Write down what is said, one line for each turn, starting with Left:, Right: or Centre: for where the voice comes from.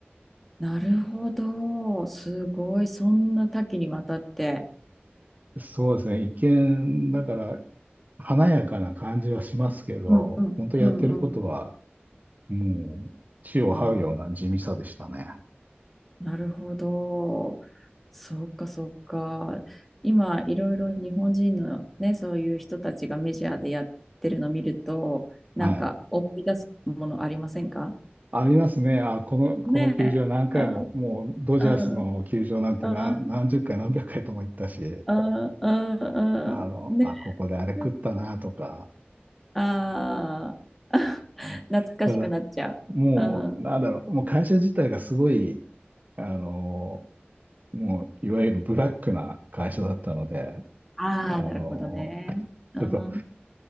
Centre: なるほど。すごい。そんな多岐にわたって。
Right: そうですね。一見、だから、華やかな感じはしますけど、
Centre: うん、うん、
Right: 本当やってることは、
Centre: うん、うん。
Right: もう、地を這うような地味さでしたね。
Centre: あー、なるほど。そっかそっか。今、いろいろ日本人のね、そういう人たちがメジャーでやってるの見ると、なんか思い出すものありませんか
Right: はい。ありますね。あ、この、この球場何回も、
Centre: ねえ。うん
Right: もう、ドジャースの球場なんて何、
Centre: うんうん
Right: 何十回、何百回とも行ったし、
Centre: うんうんうんね
Right: あの、あ、ここであれ食ったな、
Centre: え。
Right: とか。
Centre: ああ、<laughs>
Right: うん、
Centre: 懐かしくなっちゃう。
Right: ただ、もう、
Centre: うん。
Right: なんだろう、もう会社自体がすごい、あの、もう、いわゆるブラックな会社だったので、
Centre: ああ、
Right: あの、
Centre: なるほどね。うん。
Right: ちょっと、